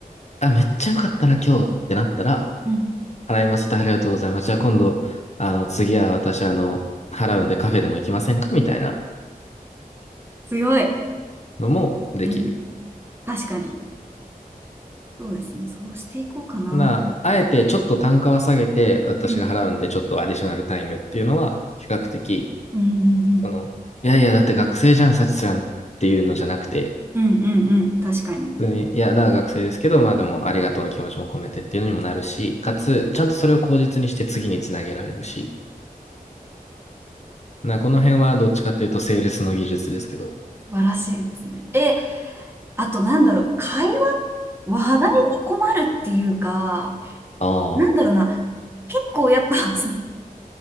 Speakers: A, on the left (about 45°); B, on the right (about 15°).
A: あ、めっちゃよかったな今日ってなったら、
B: うん、
A: 払いますってありがとうございます。じゃあ今度、あの、次は私あの、払うんでカフェでも行きませんかみたいな
B: 強い。
A: のもできる。
B: うん、確かに。そうですね、そうしていこうかな。
A: な、あえてちょっと単価は下げて、私が払うんでちょっとアディショナルタイムっていうのは、
B: うん、
A: 比較的
B: うん、うん、
A: その、いやいや、だって学生じゃん、サチスランっていうのじゃなくて、
B: うん、うん、うん、うん確かに。
A: 普通に、いや、だから学生ですけど、まあでもありがとうの気持ちも込めてっていうのにもなるし、かつ、ちゃんとそれを口実にして次につなげられるし、な、この辺はどっちかっていうとセールスの技術ですけど。
B: 素晴らしいですね。え、あとなんだろう、会話、話題に困るっていうか、
A: ああ、
B: なんだろうな、結構やっぱ、<laughs> その、